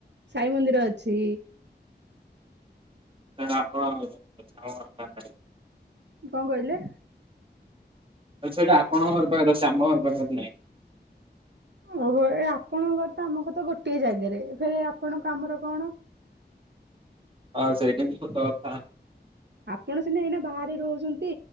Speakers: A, on the right; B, on the right.
A: ସାଇ ମନ୍ଦିର ଅଛି।
B: କାଣ ଆପଣ <inaudible>
A: କଁ କହିଲେ?
B: ତ ସେଇଟା ଆପଣଙ୍କ ଘର ପାଖରେ ଅଛି ଆମ ଘର ପାଖରେ ନାହିଁ।
A: ଓହୋ ଏ ଆପଣଙ୍କ ଘର ତ ଆମ ଘର ତ ଗୋଟଏ ଜାଗାରେ ଫେରେ ଆପଣଙ୍କ ଆାମର କଣ?
B: ହଁ ସେଇଟା ବି ସତ କଥା।
A: ଆପଣ ସିନା ଏଇନା ବାହାରେ ରୋହୁଚନ୍ତି